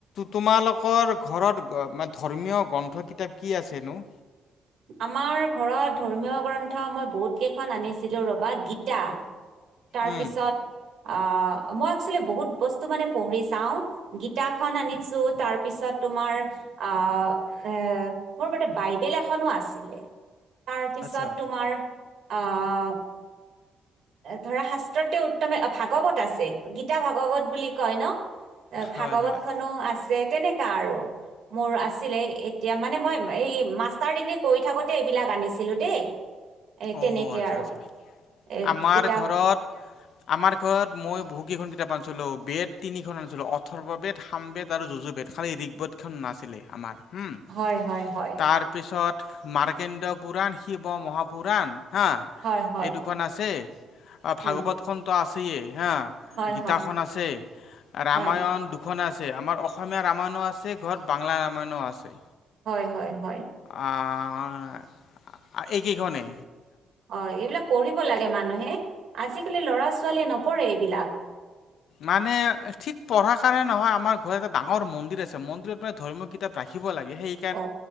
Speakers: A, on the left; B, on the right.
A: তোমালোকৰ ঘৰত ধৰ্মীয় গ্ৰন্থ কিতাপ কি আছেনো?
B: আমাৰ ঘৰত ধৰ্মীয় গ্ৰন্থ মই বহুত কেইখন আনিছিলো ৰ'বা, গীতা। তাৰ
A: উম।
B: পিছত আহ মই এক্সুয়েলী বহুত বস্তু মানে পঢ়ি চাওঁ গীতাখন আনিছো, তাৰপিছত তোমাৰ অ', এ মোৰ বাৰুটে বাইবেল এখ খনো আছিলে, তাৰপিছত
A: আচ্ছা।
B: তোমাৰ আহ ধৰা শাস্ত্ৰত উত্তমে অ' ভাগৱত আছে। গীতা ভাগৱত বুলি কয় ন,
A: হয়
B: ভাগৱত
A: হয়
B: খনো আছে। তেনেকে আৰু মোৰ আছিলে এতিয়া মানে মই এই মাষ্টাৰ ডিগ্ৰী কৰি থাকোতে এইবিলাক আনিছিলো দেই, এ
A: অ'
B: তেনেকে
A: আচ্ছা
B: আৰু।
A: আচ্ছা
B: এ
A: আমাৰ
B: গীতা
A: ঘৰত আমাৰ ঘৰত মই বহুকেইখন কিতাপ আনিছিলো বি এড তিনিখন আনিছিলো অথৰ্ব বেদ, সাম বেদ আৰু যুজু বেদ। খালি ঋগবদখন নাছিলে আমাৰ হুম।
B: হয় হয় হয়।
A: তাৰপিছত মাৰ্কেন্দ্ৰ পুৰাণ, শিৱ মহাপুৰাণ। হা,
B: হয় হয়
A: এইটোখন আছে ভাগৱতখনতো
B: উম
A: আছেইে হা।
B: হয়
A: গিটাখন
B: হয়
A: আছে ৰামায়ণ
B: হয়
A: দু খন আছে আমাৰ অসমীয়া ৰামায়ণো আছে ঘৰত বাংলা ৰামায়ণো আছে।
B: হয় হয় হয়।
A: আহ, এইকেইখনে।
B: অ এইবিলাক পঢ়িব লাগে মানুহে আজিকালি ল'ৰা-ছোৱালীয়ে নপঢ়ে এইবিলাক।
A: মানে ঠিক পঢ়াৰ কাৰণে নহয় আমাৰ ঘৰত এটা ডাঙৰ মন্দিৰ আছে মন্দিৰত মানে ধৰ্মীয় কিতাপ ৰাখিব লাগে সেই
B: অ